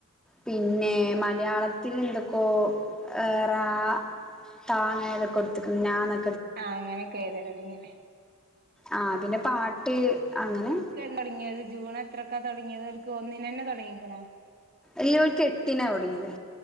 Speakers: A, in the centre; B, on the right.
A: പിന്നെ മലയാളത്തില് എന്തൊക്കോ ഏ റാ താന്നെഴ്തി കൊടുത്ത്ക്ക്‌ണ് നാ ന്ന്
B: ആഹ് അങ്ങനൊക്കെ എഴ്തലൊടങ്ങീലെ
A: ആ പിന്നെ പാട്ട് അങ്ങനെ
B: എക്ക് തൊടങ്ങിയത് ജൂൺ എത്രക്കാ തൊടങ്ങിയത് അവക്ക് ഒന്നിന ന്നെ തൊടങ്ങിക്ക്ണോ
A: ഇല്ല ഉർക്ക് എട്ടിനാ തൊടങ്ങിയത്